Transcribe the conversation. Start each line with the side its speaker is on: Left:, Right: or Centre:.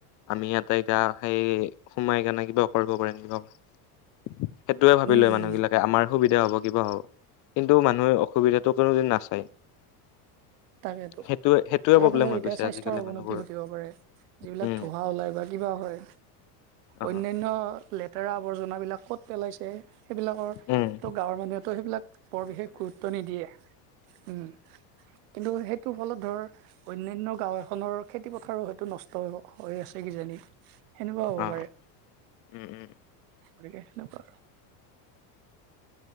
Left: আমি ইতে এতিয়া গা সেই সোমাই কাৰনে কিবা কৰিব পাৰিম দিয়ক। সেইটোৱে ভাবি
Right: উম
Left: লয়
Right: উম
Left: মানুহবিলাকে আমাৰ সুবিধা হ'ব, কিবা হ'ব, কিন্তু মানুহে অসুবিধাতটো কোনো নাচ
Right: তাকেটো।
Left: সেইটোৱে সেইটোৱে
Right: তাৰ
Left: প্ৰব্লেম
Right: ফলত
Left: হৈ
Right: এতিয়া
Left: গৈছে
Right: স্বাস্থ্যৰ
Left: আজিকালি
Right: অৱনতি
Left: মানুহবোৰৰ
Right: ঘটিব পাৰে, যিবিলাক
Left: উম
Right: ধোঁৱা ওলায় বা কিবা হয়।
Left: অ
Right: অন্যান্য লেতেৰা আৱৰ্জনাবিলাক ক'ত পেলাইছে। সেইবিলাকৰ
Left: উম
Right: তো গাঁৱৰ মানুহেতটো সেইবিলাক বৰ বিশেষ গুৰুত্ব নিদিয়ে। উম। কিন্তু সেইটোৰ ফলত ধৰ অন্যান্য গাঁও এখনৰ খেতি পথাৰো হয়টো নষ্ট হৈ আছে কিজানি <inaudible>
Left: অ
Right: পাৰে
Left: উম উম।
Right: গতিকে সেনেকুৱা আৰু।